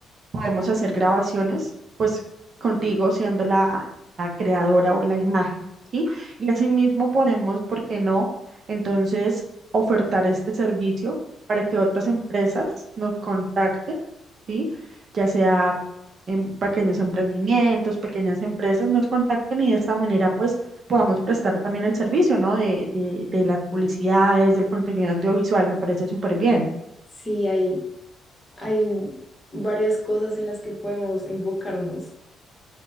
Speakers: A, on the right (about 50°); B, on the left (about 20°).
A: podemos hacer grabaciones, pues contigo siendo la, la creadora o la imagen, ¿sí? Y asimismo podemos, ¿por qué no? Entonces, ofertar este servicio para que otras empresas nos contacten, ¿sí? Ya sea en pequeños emprendimientos, pequeñas empresas nos contacten y de esta manera, pues, podamos prestar también el servicio, ¿no? De, de, de las publicidades, del contenido audiovisual, me parece súper bien.
B: Sí, hay, hay varias cosas en las que podemos enfocarnos.